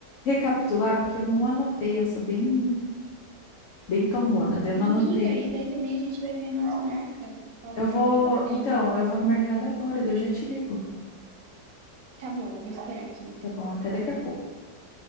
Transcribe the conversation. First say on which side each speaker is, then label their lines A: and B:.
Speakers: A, on the left (about 75°); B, on the right (about 75°).
A: recapitular, porque eu não anotei. Eu sou bem, bem tongona, daí eu
B: Me
A: não
B: liga
A: anotei.
B: e daí também a gente vai vendo as marcas, qual
A: Eu
B: que
A: vou,
B: é melhor
A: então,
B: daí.
A: eu vou no mercado agora, daí eu já te ligo.
B: Tá bom, vou esperar aqui então.
A: Tá bom, até daqui a pouco.